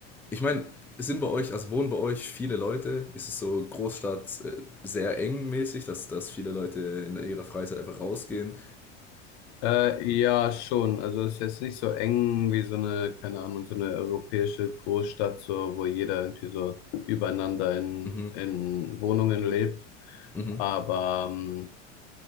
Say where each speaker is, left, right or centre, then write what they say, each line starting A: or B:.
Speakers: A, in the centre; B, on the left.
A: ich meine, sind bei euch, also wohnen bei euch viele Leute? Ist es so Großstadt äh, sehr eng mäßig, dass, dass viele Leute in ihrer Freizeit einfach rausgehen?
B: Äh, ja, schon. Also es ist jetzt nicht so eng wie so eine, keine Ahnung, so eine europäische Großstadt, so wo jeder irgendwie so übereinander in,
A: Mhm,
B: in Wohnungen lebt.
A: mhm.
B: Aber, ähm,